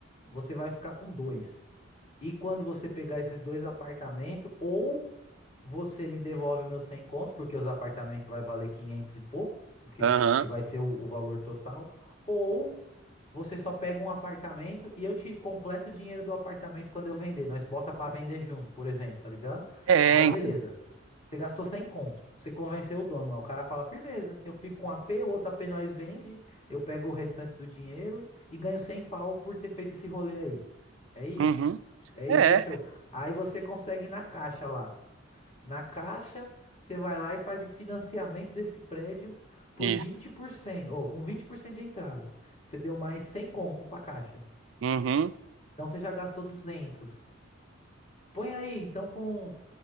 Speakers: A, on the left; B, on the right.
A: você vai ficar com dois. E quando você pegar esses dois apartamentos, ou você me devolve meus 100 conto, porque os apartamentos vai valer 500 e pouco, que,
B: Aham.
A: que vai ser o o valor total, ou você só pega um apartamento e eu te completo o dinheiro do apartamento quando eu vender. Nós bota pra vender junto, por exemplo, tá ligado?
B: É,
A: Aí
B: então.
A: beleza. Você gastou 100 conto. Você convenceu o dono lá. O cara fala, firmeza. Eu fico com um a P, o outro a P nós vende. Eu pego o restante do dinheiro e ganho 100 pau por ter feito esse rolê aí. É isso.
B: Uhum.
A: É isso,
B: É,
A: fechou. Aí você consegue ir na caixa lá. Na Caixa, você vai lá e faz o financiamento desse prédio por
B: Isso.
A: 20% ou com 20% de entrada. Você deu mais 100 conto para a Caixa.
B: Uhum.
A: Então você já gastou 200. Põe aí, então com